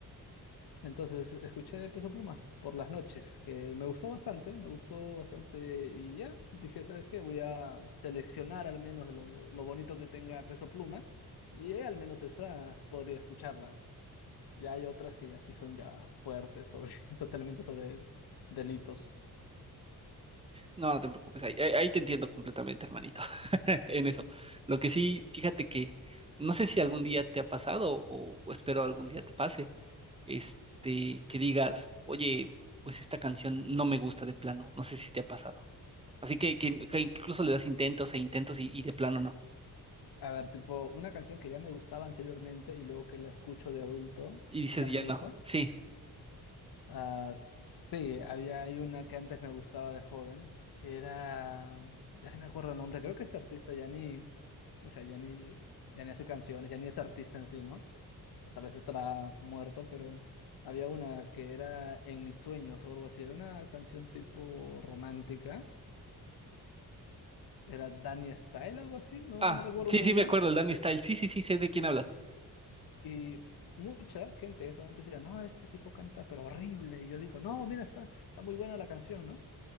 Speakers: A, on the left (about 70°); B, on the right (about 15°).
A: Entonces escuché Peso Pluma por las noches, que me gustó bastante, me gustó bastante y ya, dije, ¿sabes qué? Voy a seleccionar al menos lo, lo bonito que tenga Peso Pluma y eh, al menos esa podría escucharlas. Ya hay otras que ya sí son ya fuertes sobre, <laughs> totalmente sobre delitos.
B: No, no te preocupes, ahí, ahí- ahí te entiendo completamente, hermanito, <laughs> en eso. Lo que sí, fíjate que no sé si algún día te ha pasado o, o espero algún día te pase, este, que digas, oye, pues esta canción no me gusta de plano, no sé si te ha pasado. Así que, que- que incluso le das intentos e intentos y, y de plano no.
A: A ver, tipo, una canción que ya me gustaba anteriormente y luego que la escucho de adulto
B: Y dices,
A: y ya no
B: ya
A: me gusta.
B: no, sí.
A: Ah, sí, había hay una que antes me gustaba de joven, que era, ya no me acuerdo el nombre, creo que este artista ya ni, o sea, ya ni, ya ni hace canciones, ya ni es artista en sí, ¿no? O tal vez estará muerto, pero había una que era En mis sueños o algo así, era una canción tipo romántica era Danny Style, algo así, no,
B: Ah,
A: no recuerdo
B: sí,
A: muy
B: sí,
A: bien.
B: me acuerdo, el Danny Style, sí, sí, sí, sé
A: Sí,
B: de quién hablas.
A: y mucha gente en ese momento decía, no, este tipo canta, pero horrible. Y yo digo, no, mira, está, está muy buena la canción, ¿no?